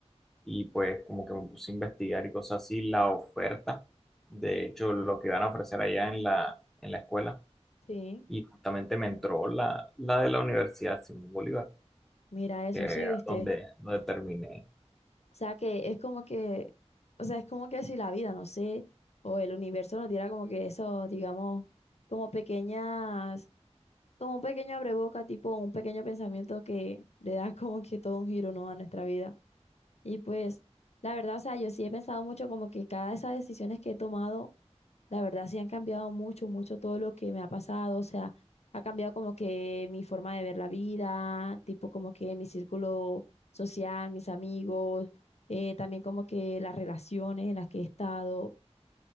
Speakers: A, in the centre; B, on the left.
A: Y pues como que me puse a investigar y cosas así, la oferta, de hecho, lo que van a ofrecer allá en la, en la escuela
B: sí.
A: y justamente me entró la, la de la Universidad Simón Bolívar,
B: Mira eso,
A: que
B: sí, viste.
A: donde, donde terminé.
B: O sea que es como que, o sea, es como que si la vida, no sé, o el universo nos diera como que eso, digamos, como pequeñas, como un pequeño abreboca, tipo un pequeño pensamiento que le da como que todo un giro, ¿no? a nuestra vida. Y pues, la verdad, o sea, yo sí he pensado mucho como que cada de esas decisiones que he tomado, la verdad sí han cambiado mucho, mucho todo lo que me ha pasado, o sea, ha cambiado como que mi forma de ver la vida, tipo como que mi círculo social, mis amigos, eh, también como que las relaciones en las que he estado.